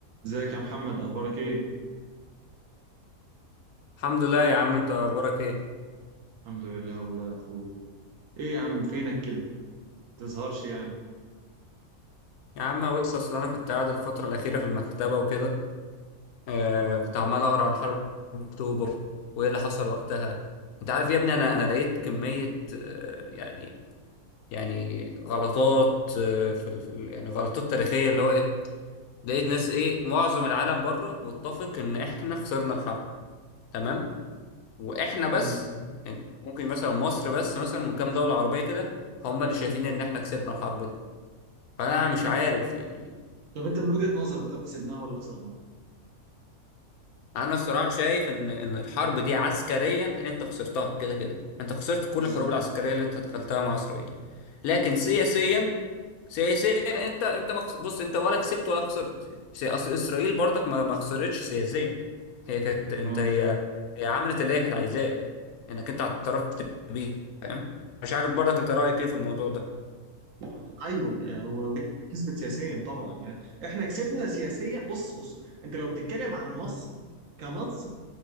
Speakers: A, on the right; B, on the left.
A: ازيك يا محمد اخبارك ايه
B: الحمد لله يا عم انت اخبارك ايه
A: الحمد لله والله يا اخويا ايه يا عم فينك كده متظهرش يعني
B: يا عم بص اصل انا كنت قاعد الفتره الاخيره في المكتبه وكده آه
A: اه
B: كنت عمال اقرا عن حرب اكتوبر وايه اللي حصل وقتها انت عارف يا ابني انا انا لقيت كميه آه يعني يعني غلطات آه في ال في ال يعني غلطات تاريخيه اللي هو ايه لقيت ناس ايه معظم العالم بره متفق ان احنا خسرنا الحرب تمام واحنا بس
A: امم
B: يعني ممكن مثلا مصر بس مثلا وكام دوله عربيه كده هم اللي شايفين ان احنا كسبنا الحرب دي فانا مش عارف يعني
A: طب انت من وجهة نظرك طب كسبناها ولا خسرناها
B: انا الصراحه شايف ان ان الحرب دي عسكريا انت خسرتها كده كده انت خسرت
A: بالظبط
B: كل الحروب العسكريه اللي انت دخلتها مع اسرائيل لكن
A: صح
B: سياسيا سياسيا انت انت مخس... بص انت ولا كسبت ولا خسرت يعني سي- اصل اسرائيل برضك ما ما خسرتش سياسيا هي كانت انت
A: اه
B: هي هي عملت اللي هي كانت عايزاه يعني انك انت اعترفت بيه فاهم مش عارف برضك انت رايك ايه في الموضوع ده
A: وعدم ايوه آه، و- وهي كسبت سياسيا طبعا يعني احنا كسبنا سياسيا بص بص انت لو بتتكلم عن مصر كمصر